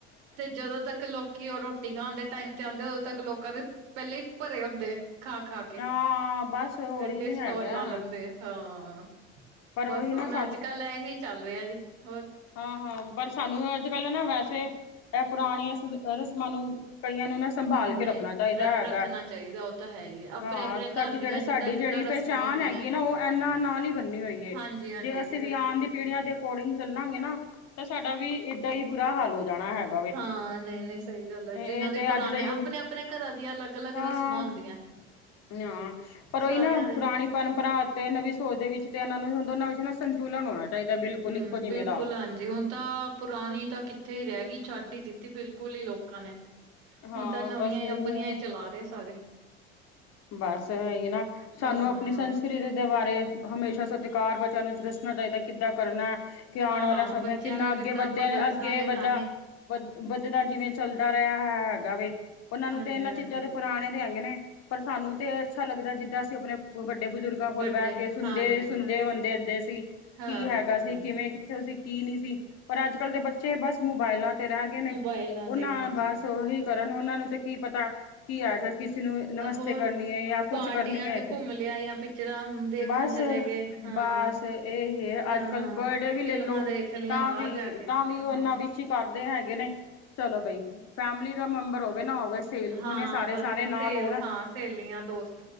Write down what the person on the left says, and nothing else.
ਹਾਂ ਬਸ ਉਹੀ
ਹੈਗਾ।
ਪਰ
ਉਹੀ
ਨਾ
ਹਾਂ ਹਾਂ ਪਰ ਸਾਨੂੰ ਅੱਜ ਕੱਲ ਨਾ ਵੈਸੇ ਇਹ ਪੁਰਾਣੀਆਂ ਰਸਮਾਂ ਨੂੰ ਕਲੀਆਂ ਨੂੰ ਨਾ ਸੰਭਾਲ
ਕੇ ਰੱਖਣਾ ਚਾਹੀਦਾ
ਹੈਗਾ
ਹਾਂ ਤਾਂ
ਕਿ ਜਿਹੜੇ
ਸਾਡੀ
ਜਿਹੜੀ
ਪਹਿਚਾਨ
ਹੈਗੀ ਹੈ ਨਾ ਉਹ ਇਹਨਾਂ ਨਾਲ ਹੀ ਬੰਨੀ ਹੋਈ ਹੈ
ਜੇ ਅਸੀਂ
ਵੀ
ਆਨ ਦੀ ਪੀੜੀਆਂ ਦੇ ਅਕੋਰਡਿੰਗ ਚੱਲਾਂਗੇ ਨਾ ਤਾਂ ਸਾਡਾ ਵੀ ਏਦਾਂ ਹੀ ਬੁਰਾ ਹਾਲ ਹੋ ਜਾਣਾ ਹੈਗਾ ਵੇ
ਇਹ
ਤੇ
ਅੱਜ ਯੂ
ਹਾਂ
ਹਾਂ ਪਰ ਉਹਹੀ
ਨਾ
ਪੁਰਾ ਣੀ ਪਰੰਪਰਾ ਅਤੇ ਨਵੀਂ ਸੋਚ ਦੇ ਵਿੱਚ ਤੇ ਇਹਨਾਂ ਨੂੰ ਨ ਨਾਲ ਸੰਤੁਲਨ ਹੋਣਾ ਚਾਹੀਦਾ ਬਿਲਕੁਲ
ਇੱਕੋ ਜਿਵੇਂ
ਦਾ
ਹਾਂ
ਬਸ
ਇਹੀ
ਹੈ
ਬਸ ਹੈ ਹੀ ਨਾ ਸਾਨੂੰ
ਆਪਣੀ ਸੰਸਕ੍ਰਿਤੀ ਦੇ ਬਾਰੇ ਹਮੇਸ਼ਾ ਸਤਿਕਾਰ ਬੱਚਾ ਨੂੰ ਦੱਸਣਾ ਚਾਹੀਦਾ ਕਿੱਦਾਂ ਕਰਨਾ ਕੇ ਆਉਣ
ਵਾਲਾ ਸਮ
ਕਿੰਨਾ
ਅੱਗੇ
ਵੱਧੇ
ਨੇ ਅੱਗੇ ਵੱਧਾ
ਵ ਵੱਧਦਾ ਜਿਵੇਂ ਚੱਲਦਾ ਰਿਹਾ ਹੈ ਹੈਗਾ ਵ ਉਹਨਾਂ
ਨੂੰ ਤੇ ਇਹਨਾਂ
ਚੀਜ਼ਾਂ ਦੇ ਪੁਰਾਣੇ ਦੇ ਹੈਗੇ ਨੇ ਪਰ ਸਾਨੂੰ ਤੇ ਅੱਛਾ ਲੱਗਦਾ ਜਿੱਦਾਂ ਅਸੀਂ ਆਪਣੇ ਵੱਡੇ ਬਜ਼ੁਰਗਾਂ ਕੋਲ
ਬਹਿ ਕੇ ਸੁਣਦੇ
ਸੁਣਦੇ ਹੁੰਦੇ ਹੁੰਦੇ ਸੀ ਕੀ
ਹੈਗਾ ਸੀ ਕਿਵੇਂ ਸੀ ਕੀ ਨਹੀਂ ਸੀ ਪਰ ਅੱਜ ਕੱਲ੍ਹ ਦੇ ਬੱਚੇ ਬਸ ਮੋਬਾਇਲਾਂ ਤੇ ਰਹਿ ਗਏ ਨੇ
ਉਹਨਾਂ
ਬਸ ਉਹੀ ਕਰਨ ਉਹਨਾਂ ਨੂੰ ਤੇ ਕੀ ਪਤਾ ਕੀ ਆਗਾ ਕਿਸੇ ਨੂੰ ਨਮਸ
ਕਰਨੀ ਹੈ ਜਾਂ
ਕੁਛ ਕਰਨੀ ਹੈਗੀ
ਬਸ
ਬਸ ਤੇ ਇਹਹੀ
ਅੱਜ ਕੱਲ
ਬਰਡੇ ਵੀ
ਲੈਲੋ
ਤਾਂ
ਵੀ
ਤਾਂ ਵੀ ਉਹ
ਇਨਾ ਵੀ ਕਰਦੇ ਹੈਗੇ ਨੇ ਚਲੋ ਬਾਈ ਫੈਮਲੀ ਦਾ ਮੈਂਬਰ ਹੋਵੇ ਨਾ ਹੋਵੇ ਸੇਲ
ਉਹਨੇ ਸਾਰੇ
ਸਾਰੇ
ਨਾਲ ਹੋਣ